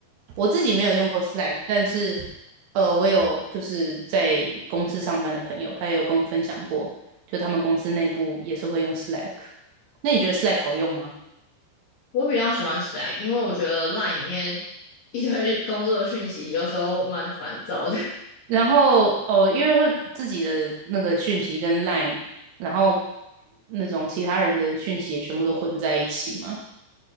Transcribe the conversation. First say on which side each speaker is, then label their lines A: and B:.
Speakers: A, on the right; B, on the left.
A: 我自己没有用过 Slack，但是呃，我有就是在公司上班的朋友，他也有跟我分享过，就他们公司内部也是会用 Slack。那你觉得 Slack 好用吗？
B: 我比较喜欢 Slack，因为我觉得 Line 里面一堆工作讯息有时候蛮烦躁的。
A: 然后哦，因为会自己的那个讯息跟 Line，然后那种其他人的讯息也全部都混在一起嘛。